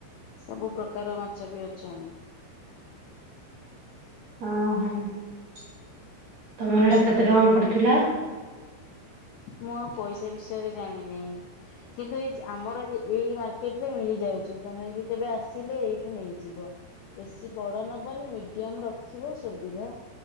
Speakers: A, on the left (about 85°); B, on the right (about 40°).
A: ସବୁ ପ୍ରକାର ମାଛ ବି ଅଛନ୍ତି।
B: ଓହୋ ତମର ଏଟା କେତେ ଟଙ୍କା ପଡିଥିଲା?
A: ମୁଁ ଆଉ ପଇସା ବିଷୟରେ ଜାଣିିନାଇ କିନ୍ତୁ ଏଇ ଆମର ଏଇ ମାର୍କେଟ ରେ ମିଳିଯାଉଚି ତମେ ବି କେବେ ଆସିଲେ ଏଇଠୁ ନେଇଯିବ ବେଶୀ ବଡ ନବନି ମିଡିୟମ ରଖିବ ସୁବିଧା।